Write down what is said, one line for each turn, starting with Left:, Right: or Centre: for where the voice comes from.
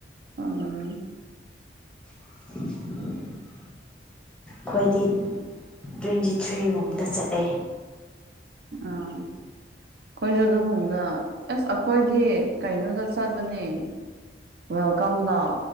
Right: ꯎꯝ
Centre: <unintelligible> ꯈꯣꯏ ꯗꯤ ꯇ꯭ꯋꯦꯟꯇꯤ ꯊ꯭ꯔꯤꯒꯨꯝꯕꯗ ꯆꯠꯂꯦ
Right: ꯑꯥ ꯑꯩꯈꯣꯏꯁꯨ ꯑꯗꯨꯒꯨꯝꯕꯗ ꯑꯁ ꯑꯩꯈꯣꯏꯗꯤ ꯀꯩꯅꯣꯗ ꯆꯠꯂꯅꯤ ꯋꯦꯜꯀꯝꯗ